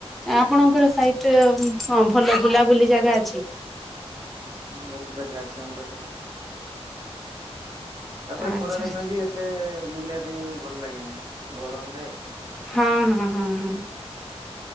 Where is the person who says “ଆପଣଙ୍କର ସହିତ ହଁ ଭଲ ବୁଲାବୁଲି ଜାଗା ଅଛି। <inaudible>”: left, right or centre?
Centre